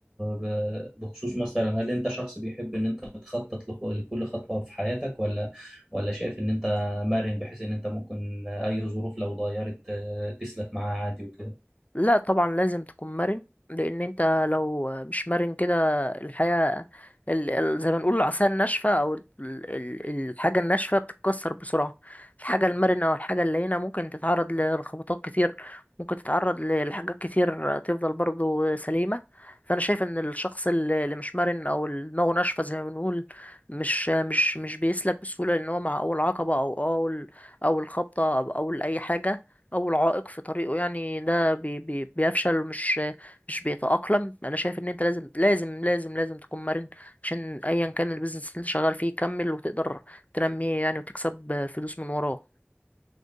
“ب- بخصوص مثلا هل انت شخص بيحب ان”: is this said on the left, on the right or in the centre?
Right